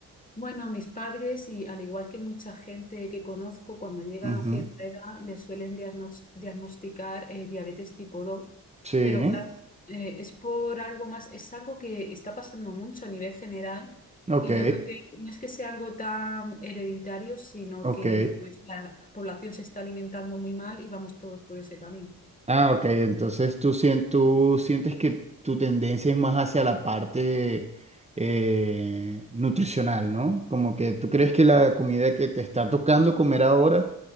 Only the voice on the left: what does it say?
Bueno, mis padres y al igual que mucha gente que conozco, cuando llegan
a cierta edad les suelen diagnos- diagnosticar eh, diabetes tipo 2,
pero claro, eh, es por algo más, es algo que está pasando mucho a nivel general
y yo creo que no es que sea algo tan hereditario, sino
que pues la población se está alimentando muy mal y vamos todos por ese camino.